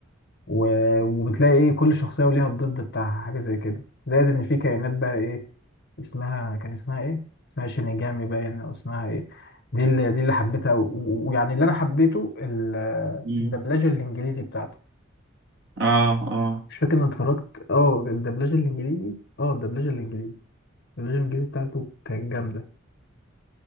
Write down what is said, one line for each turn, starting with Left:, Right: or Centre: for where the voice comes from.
Left: و... وبتلاقي ايه كل شخصيه وليها الضد بتاعها حاجه زي كده زائد ان في كائنات بقى إيه، اسمها كان اسمها ايه اسمها شينيجامي باين او اسمها ايه دي اللي دي اللي حبيتها و- و- ويعني اللي انا حبيته ال-
Right: مم.
Left: الدبلجه الانجليزي بتاعته
Right: اه اه
Left: مش فاكر انا اتفرجت اه الدبلجه الانجليزي اه الدبلجه الانجليزي الدبلجه الانجليزي بتاعته كانت جامده